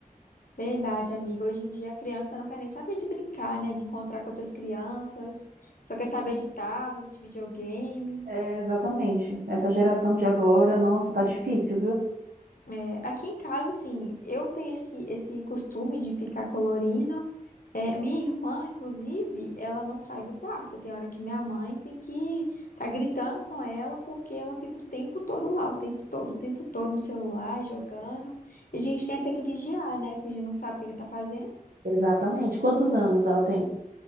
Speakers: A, on the left (about 70°); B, on the right (about 85°).
A: Verdade, amiga. Hoje em dia a criança não quer nem saber de brincar, né? De encontrar com outras crianças, só quer saber de tablet, videogame.
B: É, exatamente. Essa geração de agora, nossa, tá difícil, viu?
A: É, aqui em casa, assim, eu tenho esse, esse costume de ficar colorindo. É, minha irmã, inclusive, ela não sai do quarto. Tem hora que minha mãe tem que tá gritando com ela porque ela fica o tempo todo lá, o tempo todo, o tempo todo no celular, jogando. E a gente tem até que vigiar, né? Porque a gente não sabe o que que tá fazendo.
B: Exatamente. Quantos anos ela tem?